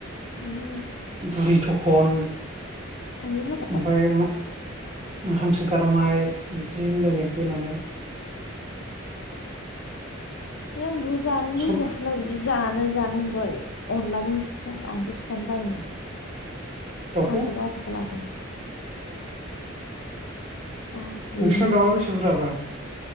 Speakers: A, on the left; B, on the right.
A: आयु हाबा
B: बुरि थख अन
A: आयु हाबा
B: ओमफ्राय मा? हांसो गारमाय बिदि होनलायनायखौ होनानै।
A: <unintelligible> जानो लुबै
B: सब
A: गासिनो बिदि। जानो जानो होनदय अनलाजों सिथार आंथ सिथारनो बायोना।
B: दाउखौ
A: आंखौल' आसा खालाम बाखायो
B: नोंसिना दाउवा बेसे बुरजाब्रा।